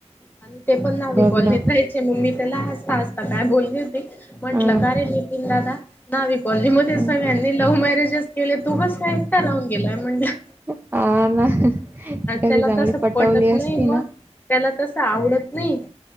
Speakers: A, on the left; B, on the right.
A: आणि ते पण नाव्ही
B: बघ
A: कॉलनीत
B: ना
A: आहेत. ते मम्मी त्याला हसता हसता काय बोलली होती म्हंटलं
B: हं
A: का रे नितीन दादा. नाविकॉलनी मध्ये
B: हं
A: सगळ्यांनी लव्ह मॅरेजच केले तू कस का एकट राहून गेलाय म्हणलं.
B: अ ना एखादी
A: त्याला
B: चांगली
A: तसं
B: पटवले
A: पटत
B: असती
A: नाही
B: ना.
A: मग त्याला तसं आवडत नाही.